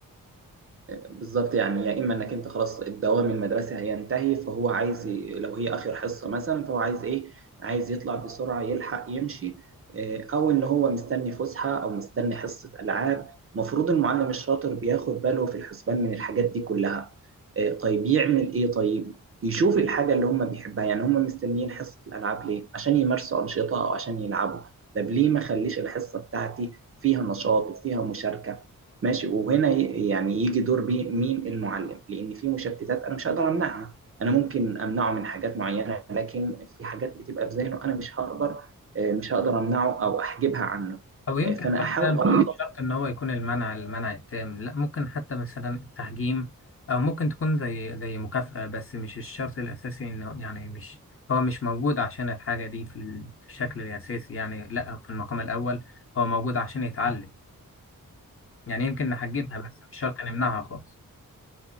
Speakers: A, on the right; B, on the left.
A: بالظبط يعني يا اما انك انت خلاص الدوام المدرسي هينتهي فهو عايز ي- لو هي اخر حصه مثلا فهو عايز ايه عايز يطلع بسرعه يلحق يمشي آه، او ان هو مستني فسحه او مستني حصه العاب المفروض المعلم الشاطر بياخد باله في الحسبان من الحاجات دي كلها آه، طيب يعمل ايه طيب يشوف الحاجه اللي هم بيحبها يعني هم مستنيين حصه الالعاب ليه عشان يمارسوا انشطه او عشان يلعبوا طب ليه ما خليش الحصه بتاعتي فيها نشاط وفيها مشاركه ماشي وهنا ي- يعني يجي دور بي- مين المعلم لان في مشتتات انا مش هقدر امنعها انا ممكن امنعه من حاجات معينه لكن في حاجات بتبقى في ذهنه انا مش هقدر آه، مش هقدر امنعه او احجبها عنه
B: او يمكن
A: آه، فانا
B: حتى
A: احاول
B: مش
A: اوظف
B: مش شرط ان هو يكون المنع المنع التام لا ممكن حتى مثلا التحجيم او ممكن تكون زي زي مكافاه بس مش الشرط الاساسي انه يعني مش هو مش موجود عشان الحاجه دي في الشكل الاساسي يعني لا في المقام الاول هو موجود عشان يتعلم يعني يمكن نحجمها بس مش شرط نمنعها خالص